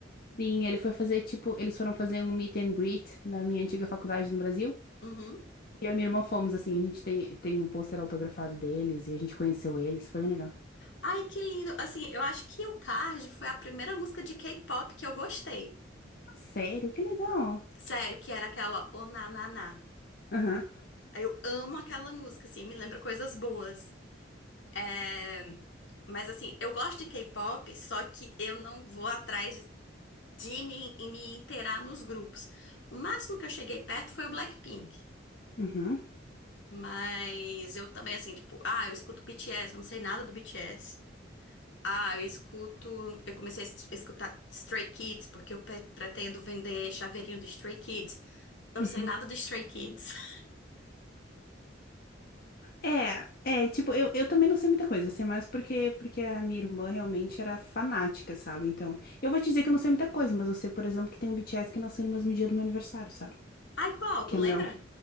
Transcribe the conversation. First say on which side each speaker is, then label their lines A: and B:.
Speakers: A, on the left; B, on the left.
A: Sim, ele foi fazer, tipo, eles foram fazer um meet and greet na minha antiga faculdade no Brasil.
B: Uhum.
A: E eu e minha irmã fomos, assim, a gente tem, tem um pôster autografado deles e a gente conheceu eles, foi bem legal.
B: Ai, que lindo! Assim, eu acho que o card foi a primeira música de K-pop que eu gostei.
A: Sério, que legal.
B: Sério, que era aquela O Na Na Na.
A: Aham,
B: Eu amo aquela música, assim, me lembra coisas boas. É, Mas assim, eu gosto de K-pop, só que eu não vou atrás de me, e me inteirar nos grupos. O máximo que eu cheguei perto foi o Blackpink.
A: uhum,
B: Mas eu também, assim, tipo, ah, eu escuto BTS, eu não sei nada do BTS. Ah, eu escuto. Eu comecei a es- escutar Stray Kids, porque eu pe- pretendo vender chaveirinho do Stray Kids. Eu
A: uhum.
B: não sei nada do Stray Kids. <laughs>
A: É, é, tipo, eu, eu também não sei muita coisa, eu sei mais porque, porque a minha irmã realmente era fanática, sabe? Então, eu vou te dizer que eu não sei muita coisa, mas eu sei, por exemplo, que tem um BTS que nasceu no mesmo dia do meu aniversário, sabe?
B: Ai, qual?
A: Que
B: Tu lembra?
A: é meu,